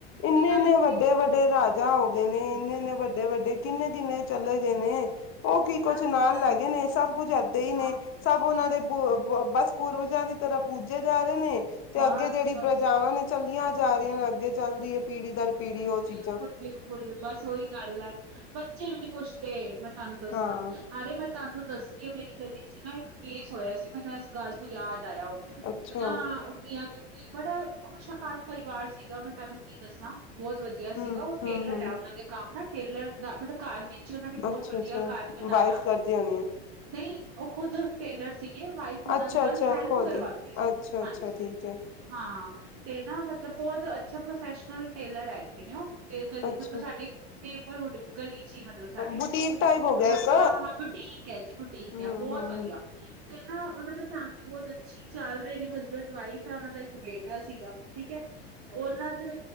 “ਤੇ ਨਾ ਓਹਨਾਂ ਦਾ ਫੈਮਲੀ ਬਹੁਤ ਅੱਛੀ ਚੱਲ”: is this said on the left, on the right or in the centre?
Right